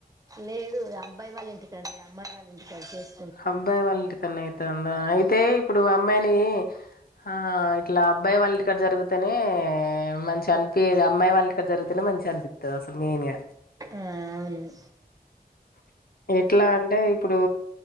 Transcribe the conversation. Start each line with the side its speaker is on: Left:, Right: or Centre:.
Right: లేదు అబ్బాయి వాళ్ళింటికాన్నే అమ్మాయి వాళ్ళ ఇంటికాడా చేస్
Left: అబ్బాయి వాళ్ళింటికాన్నె అయితందా అయితే ఇప్పుడు అమ్మాయిని ఆ ఇట్లా అబ్బాయి వాళ్ళింటికాడా జరిగితేనే మంచి అనిపియది అమ్మాయి వాళ్ళ ఇంటికాడ జరిగితేనే మంచిగా అనిపిత్తది అసలు మెయిన్ గా
Right: ఆ అవును
Left: ఎట్లా అంటే ఇప్పుడు